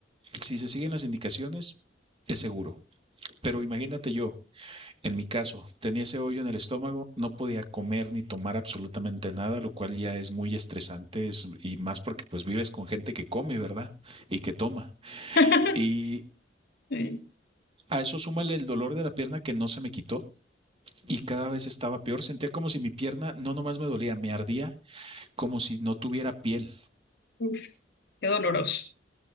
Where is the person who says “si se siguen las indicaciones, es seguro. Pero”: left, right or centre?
Right